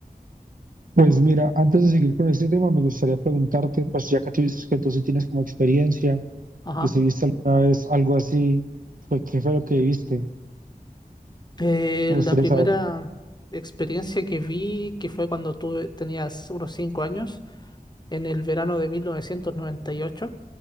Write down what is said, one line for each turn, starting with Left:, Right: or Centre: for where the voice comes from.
Right: Pues mira, antes de seguir con este tema, me gustaría preguntarte, pues ya que tú dices que tú sí tienes como experiencia,
Left: Ajá.
Right: que si viste alguna vez algo así, pues qué fue lo que viste.
Left: Eh,
Right: Me gustaría
Left: la primera
Right: saber.
Left: experiencia que vi, que fue cuando tuve, tenías unos cinco años, en el verano de 1998